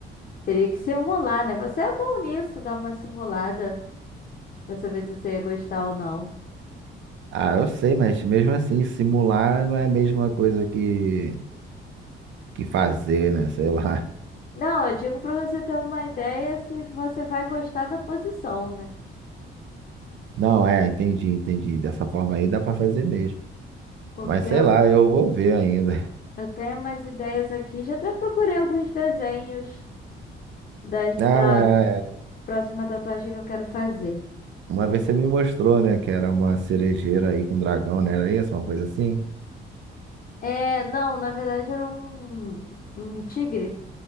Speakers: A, on the left; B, on the right.
A: Teria que simular, né? Você é bom nisso, dar uma simulada pra saber se você ia gostar ou não.
B: Ah, eu sei, mas mesmo assim, simular não é a mesma coisa que, que fazer, né? Sei lá.
A: Não, eu digo pra você ter uma ideia se você vai gostar da posição, né?
B: Não, é, entendi, entendi. Dessa forma aí dá para fazer mesmo.
A: Porque
B: Mas sei
A: eu,
B: lá, eu vou ver ainda.
A: eu tenho umas ideias aqui, já até procurei alguns desenhos das,
B: Não,
A: da
B: é.
A: próxima tatuagem que eu quero fazer.
B: Uma vez você me mostrou, né, que era uma cerejeira aí com dragão, né? Era isso, uma coisa assim?
A: É, não, na verdade era um, um tigre,